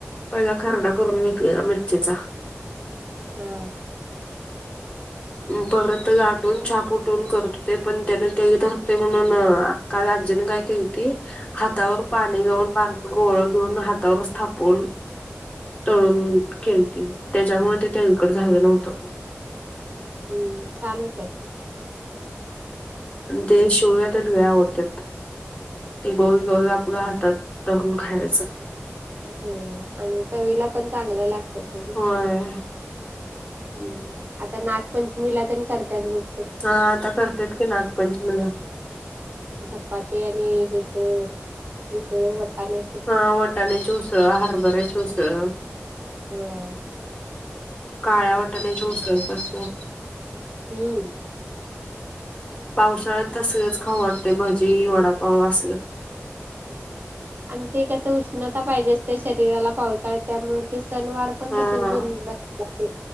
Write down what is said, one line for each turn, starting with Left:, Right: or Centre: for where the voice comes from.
Left: पहिला खरडा करून घेतलेला मिरचीचा
Right: हम
Left: परत गाठून छाप उठून करत हो ते पण त्यान तेही धरते म्हणून ताई आजीने काय कलती हातावर पाणी गाऊन बारक गोळ घेऊन हातावर थापून तळून खेल त्याच्यामुळे ते त्या इकड झालं नव्हतं.
Right: हम्म छान होतात ते
Left: ते शिवला तर लई आवडतात. ते गोवी गो हातात दरून खायचं.
Right: ह आणि चवीला पण चांगलं लागतं. ते
Left: होय
Right: ग हम्म आता नागपंचमीला ते करतात बघ
Left: हा आता करतेत की नागपंचमीला
Right: धपाटे आणि हेच उसळ वटाण्याच
Left: हा वाटाण्याची उसळ हरभऱ्याची उसळ
Right: होय
Left: काळ्या वटाण्याची उसळ करतात.
Right: हम्म
Left: पावसाळ्यात तसलच खाऊ वाटतंय भजी वडापाव असलच.
Right: आणि ते कसं उष्णता पाहिजे असते शरीराला पावसाळ त्यामुळे ते सणावर पण
Left: हा
Right: तसेच बन बन